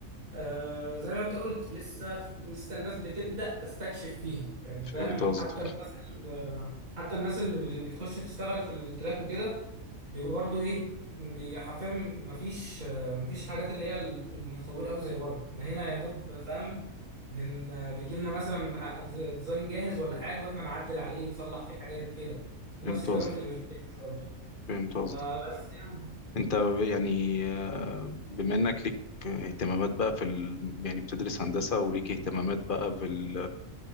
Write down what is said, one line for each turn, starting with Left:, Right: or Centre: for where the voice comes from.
Right: آه زي ما انت قلت لسه لسه الناس بتبدأ تستكشف فيها يعني
Left: فهمت
Right: فاهم
Left: قصدك
Right: حتى الناس ال- حتى الناس اللي بتخش تشتغل في التراك وكده بيبقوا برضه ايه بي- حرفيا مفيش آه، مفيش حاجات اللي هي المتطورة قوي زي بره احنا هنا يا دوب فاهم بن آه، بيجي لنا مثلا دي- ديزاين جاهز ولا حاجة واحنا نعدل عليه نصلح فيه حاجات كده ونفس
Left: فهمت
Right: الكلام
Left: قصدك
Right: في الفيرتيكس برضه
Left: فهمت قصدك
Right: فبس يعني
Left: انت يعني آه، بما انك ليك اهتمامات بقى في ال... يعني بتدرس هندسة وليك اهتمامات بقى في ال...